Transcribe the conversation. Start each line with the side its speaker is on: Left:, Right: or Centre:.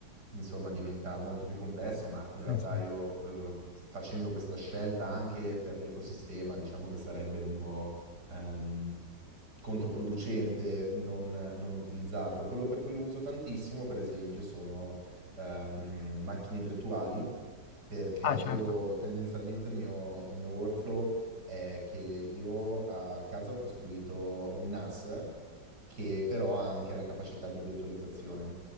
Right: insomma diventa molto più complesso, ma in realtà
Left: Eh sì.
Right: io eh, facendo questa scelta anche per l'ecosistema, diciamo che sarebbe un po' ehm, controproducente non, non utilizzarlo. Quello per cui lo uso tantissimo, per esempio, sono ehm, macchine virtuali, perché
Left: Ah, certo.
Right: io tendenzialmente il mio, il mio workflow è che io a casa ho costruito un NAS che però ha anche la capacità di virtualizzazione.